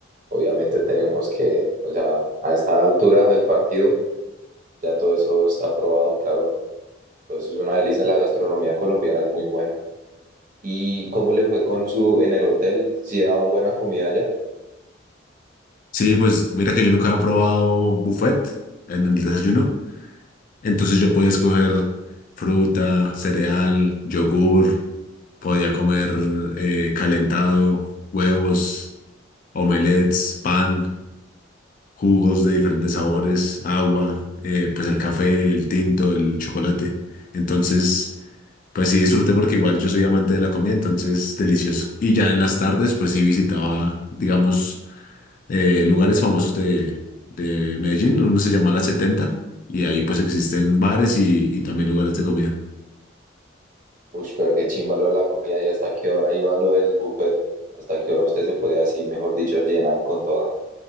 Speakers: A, on the right; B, on the left.
A: obviamente tenemos que, o sea, a esta altura del partido, ya todo eso está aprobado, claro. Entonces es una delicia, la gastronomía colombiana es muy buena. ¿Y cómo le fue con su en el hotel? ¿Si daban buena comida allá?
B: Sí, pues mira que yo nunca he probado buffet en el desayuno, entonces yo podía escoger fruta, cereal, yogur, podía comer eh, calentado, huevos, omelets, pan. jugos de diferentes sabores, agua, eh, pues el café, el tinto, el chocolate. Entonces, pues sí disfruté porque igual yo soy amante de la comida, entonces delicioso. Y ya en las tardes, pues sí visitaba, digamos, eh, lugares famosos de, de Medellín, uno se llama La 70, y ahí pues existen bares y, y también lugares de comida.
A: Uy, pero qué chimba lo de la comida y hasta qué hora iba lo del buffet, hasta qué hora usted se podía así, mejor dicho, llenar con toda.